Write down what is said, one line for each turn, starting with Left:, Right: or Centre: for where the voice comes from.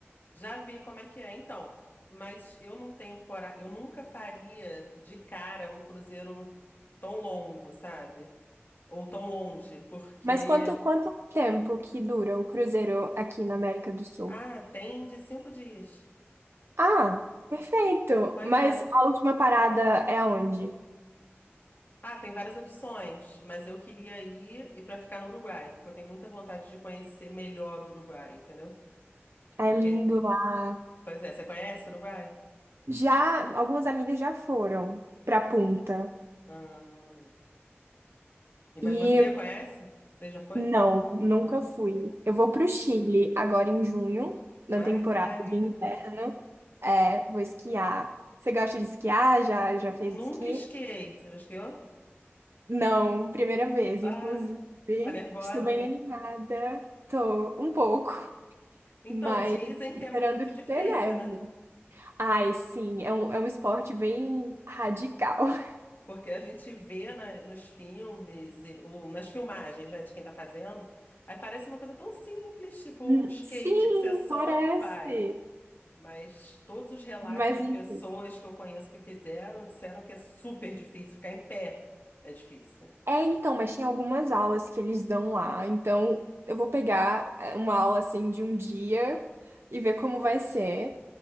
Left: Já vi como é que é, então. Mas eu não tenho coragem, eu nunca faria de cara um cruzeiro tão longo, sabe? Ou tão longe, porque.
Right: Mas quanto, quanto tempo que dura o cruzeiro aqui na América do Sul?
Left: Ah, tem de cinco dias.
Right: Ah, perfeito!
Left: Pois
Right: Mas
Left: é.
Right: a última parada é onde?
Left: Ah, tem várias opções, mas eu queria ir e para ficar no Uruguai, porque eu tenho muita vontade de conhecer melhor o Uruguai, entendeu?
Right: É
Left: Eu que...
Right: lindo lá.
Left: Pois é, você conhece o Uruguai?
Right: Já, algumas amigas já foram pra Punta.
Left: Ah, e-
Right: e
Left: Mas você conhece? Você já foi?
Right: Não, nunca
Left: Ah,
Right: fui. Eu vou para o Chile agora em junho, na
Left: ah,
Right: temporada
Left: que maneiro.
Right: de inverno. É, vou esquiar. Você gosta de esquiar? Já, já
Left: Nunca
Right: fez esqui?
Left: esquiei. Você já esquiou?
Right: Não, primeira vez,
Left: Ah,
Right: inclusive.
Left: tá nervosa?
Right: Estou bem animada. Tô um pouco,
Left: Então,
Right: mas
Left: dizem
Right: esperando
Left: que é muito
Right: que
Left: difícil,
Right: tenha neve.
Left: né?
Right: Ai, sim, é um, é um esporte bem radical. <laughs>
Left: Porque a gente vê na- nos filmes, e- ou nas filmagens, né, de quem tá fazendo, aí parece uma coisa tão simples, tipo um
Right: Hum,
Left: skate
Right: Sim,
Left: que você sobe
Right: parece.
Left: e vai. Mas todos os relatos
Right: Mas
Left: de
Right: enfim.
Left: pessoas que eu conheço que fizeram disseram que é super difícil ficar em pé. É difícil.
Right: É, então, mas tem algumas aulas que eles dão lá. Então, eu vou pegar é, uma aula assim de um dia e ver como vai ser.